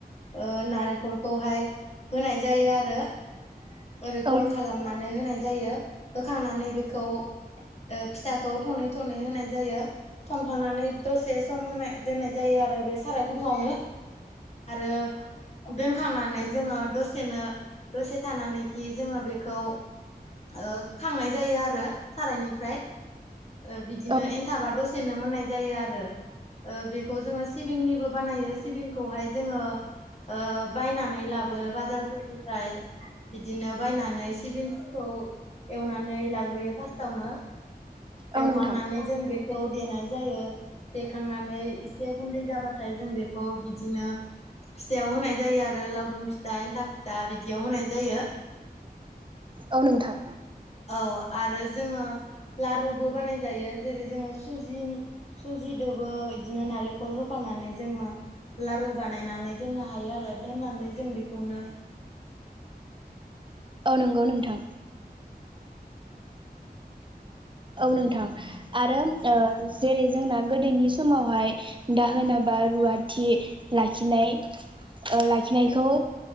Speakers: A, on the left (about 40°); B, on the right (about 30°).
A: ओ नारेखरखौहाय होनाय जायो आरो ओरै गल
B: औ
A: खालामनानै होनाय जायो होखांनानै बेखौ ऐ फिथाखौ थनै थनै होनाय जायो थनखांनानै दसे सम होनाय दोननाय जायो आरो बे साराय गुदुंआवनो आरो दोनखांनानै जोङो दस सेनो दसे थानानैखि जोङो बेखौ ओ खांनाय जायो आरो सारायनिफ्राय ओ बिदिनो
B: औ
A: एन्थाबा दसेनो मोननाय जायो आरो ओ बेखौ जोङो सिबिंनिबो बानायो सिबिंखौहाय जोङो ओ बायनानै लाबो बाजारफोरनिफ्राय बिदिनो बायनानै सिबिंखौ एवनानै लाग्रोयो फार्स्टावनो
B: औ
A: एवखांनानै
B: नोंथां
A: जों बे खौ देनाय जायो देखांनानै एसे गुन्दै जाबाथाय जों बेखौ बिदिनो फिथायाव होनाय जायो आरो लावदुम फिथा एन्था फिथा बिदियाव होनाय जायो
B: औ नोंथां
A: औ आरो जोङो लारुबो बानाय जायो जेरै जोङो सुजिनि सुजिदोबो बिदिनो नारेंखल हो फानानै जोङो लारु बानायनानै दोननो हायो आरो दोननानै जों बेखौनो
B: औ नंगौ नोंथां औ नोंथां आरो ओ जेरै जोंना गोदोनि समावहाय दाहोनाबा रुवाथि लाखिनाय ओ लाखिनायखौ